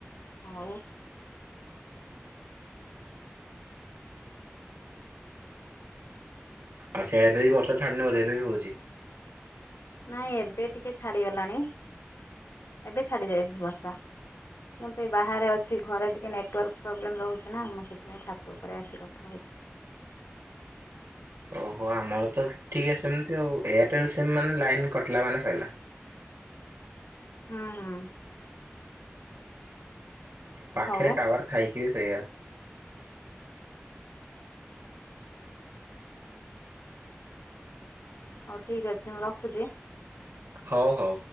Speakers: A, on the left; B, on the right.
A: ଆଉ
B: ଆଉ ସେଇଆ ତ ଏଇ ବର୍ଷା ଛାଡିନି ବୋଧେ ଏବେ ବି ହଉଚି।
A: ନାଇଁ ଏବେ ଟିକେ ଛାଡିଗଲାଣି ଏବେ ଛାଡି ଯାଇଛି ବର୍ଷା। ମୁଁ ତ ଏଇ ବାହାରେ ଅଛି ଘରେ ଟିକେ ନେଟ୍ ନେଟୱାର୍କ ପ୍ରୋବ୍ଲେମ୍ ରହୁଛି ନା ମୁଁ ସେଥିପାଇଁ ଛାତ ଉପରେ ଆସି କଥା ହଉଛି। <inaudible>
B: ଓହୋ ଆମର ତ ଠିକ୍ ସେମିତି ଆଉ ଏୟାରଟେଲ ସିମ୍ ମାନେ ଲାଇନ କଟିଲା ମାନେ ସଇଲା।
A: ହୁଁ ହୁଁ
B: ପାଖେରେ
A: ହଉ
B: ଟାୱାର ଥାଇକ ବି ସେଇଆ।
A: ହଉ ଠିକ ଅଛି ମୁଁ ରଖୁଚି।
B: ହଉ ହଉ